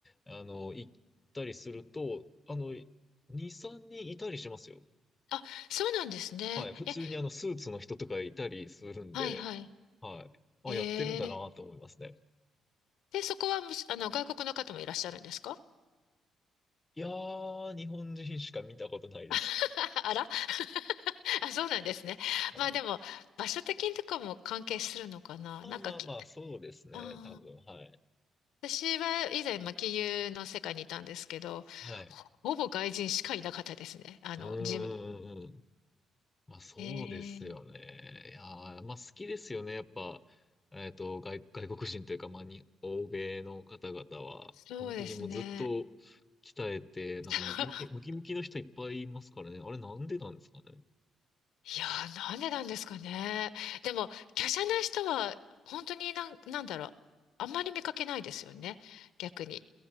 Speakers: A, on the left; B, on the left.
A: あの、行ったりすると、あの、2、3人いたりしますよ。
B: あ、そうなんですね。
A: はい。普通にあの、
B: え、
A: スーツの人とかいたりするんで、
B: はいはい。
A: はい。あ、
B: へえ。
A: やってるんだなと思いますね。
B: で、そこはむし、あの、外国の方もいらっしゃるんですか
A: いやー、日本人しか見たことないです。
B: <laughs> あら <laughs> あ、そうなんですね。
A: はい。
B: まあでも、場所的にとかも関係するのかななんかき、
A: まあまあまあ、そうですね。
B: あー
A: 多分、はい。
B: 私は以前、まあ、金融の世界にいたんですけど、
A: はい。
B: ほ、ほぼ外人しかいなかったですね。あの、
A: うんうんうんうん。
B: 事務、
A: まあそうですよね。
B: えー、
A: いやー、まあ好きですよね。やっぱ、えっと、外、外国人というか、まあに、欧米の方々は、
B: そうですね。
A: 本当にもうずっと鍛えて、
B: <laughs>
A: なんかムキムキ、ムキムキの人いっぱいいますからね。あれなんでなんですかね。
B: いやー、なんでなんですかね。でも、華奢な人は、本当になん、なんだろう。あんまり見かけないですよね。逆に。